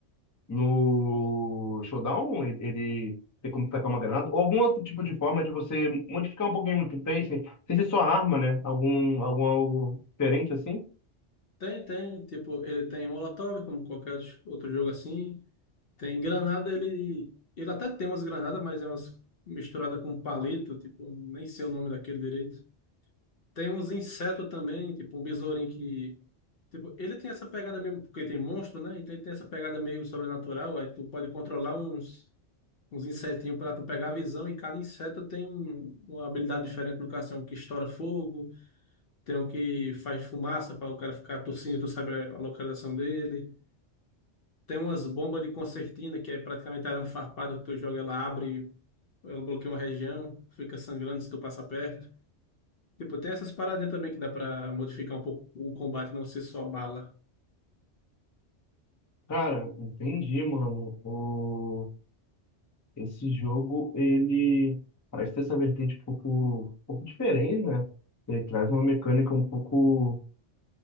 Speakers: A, on the left (about 20°); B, on the left (about 60°).
A: no Showdown? Ele, ele tem como tacar uma granada? Ou algum outro tipo de forma de você modificar um pouquinho o gameplay, sem, sem ser só arma, né? Algum, algum algo diferente assim?
B: Tem, tem. Tipo, ele tem Molotov, como qualquer outro jogo assim. Tem granada, ele. Ele até tem umas granadas, mas é umas misturada com palito, tipo, nem sei o nome daquele direito. Tem uns insetos também, tipo, um besourinho que. Tipo, ele tem essa pegada mesmo, porque tem monstro, né? Então ele tem essa pegada meio sobrenatural, aí tu pode controlar uns, uns insetinhos pra tu pegar a visão, e cada inseto tem um- uma habilidade diferente no caso, tem um que estoura fogo, tem o que faz fumaça para o cara ficar tossindo, tu sabe a localização dele. Tem umas bombas de concertina, que é praticamente arame farpado que tu joga, ela abre, ela bloqueia uma região, fica sangrando se tu passa perto. Tipo, tem essas paradinhas também que dá pra modificar um pouco o combate, não ser só bala.
A: Cara, entendi, mano. O... Esse jogo, ele parece ter essa vertente um pouco, um pouco diferente, né? Ele traz uma mecânica um pouco.